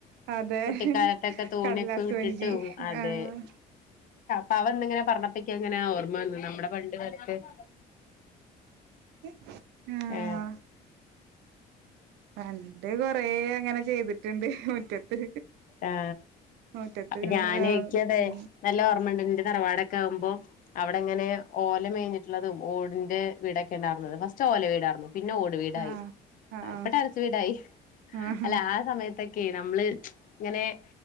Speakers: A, on the right; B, on the left.
A: അതെ
B: കുട്ടിക്കാലത്തൊക്കെ തോണിയൊക്കെ
A: കടലാസ്
B: വിട്ടിട്ടും
A: വഞ്ചി
B: അതെ-
A: ആഹ്
B: പാവന്നിങ്ങനെ പറഞ്ഞപ്പിക്കാ എങ്ങനെ ഓർമ്മവന്ന് നമ്മുടെ പണ്ടുകാലത്ത് <inaudible>
A: <inaudible> ആഹ്
B: ഏ
A: പണ്ട് കൊറെ അങ്ങനെ- ചെയ്തിട്ടുണ്ട് മുറ്റത്ത്
B: ആ
A: മുറ്റത്ത്
B: അപ്പ
A: കൊണ്ട്
B: ഞാന് എനിക്കത്
A: ഉം
B: നല്ല ഓർമ്മുണ്ട് ന്റെ തറവാടൊക്കെ ആക്പോ അവിടെങ്ങനെ ഓല മേഞ്ഞിട്ടുള്ളതും ഓടിന്റെ വീടൊക്കെ ഉണ്ടായിരുന്നത് ഫസ്റ്റ് ഓല വീട് ആരുന്നു പിന്നെ ഓട് വീടായി
A: ആഹ് ആഹ്
B: ഇപ്പ ടറസ് വീടായി
A: ആഹ്
B: അല്ല ആ സമയത്ത് അതക്കെ നമ്മള്- ഇങ്ങനെ-